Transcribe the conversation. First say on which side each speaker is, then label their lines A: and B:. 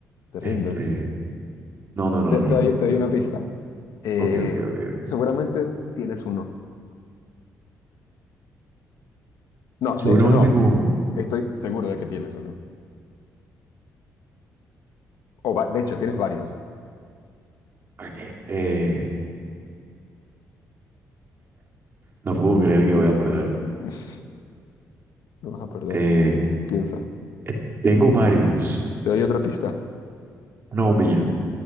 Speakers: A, on the left; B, on the right.
A: Te rindes.
B: Este, no, no, no,
A: Te, te
B: no,
A: doy,
B: no,
A: te
B: no,
A: doy una
B: no.
A: pista.
B: no.
A: Eh,
B: Ok, ok, ok, ok.
A: seguramente tienes uno. No,
B: Seguramente
A: de hecho no.
B: tengo uno.
A: Estoy seguro de que tienes uno. O va- de hecho, tienes varios.
B: Ah, Eh, eh, no puedo creer que voy a perder.
A: <laughs> No vas a perder.
B: Eh,
A: Piensa.
B: eh, tengo varios.
A: Te doy otra pista.
B: Una bombilla.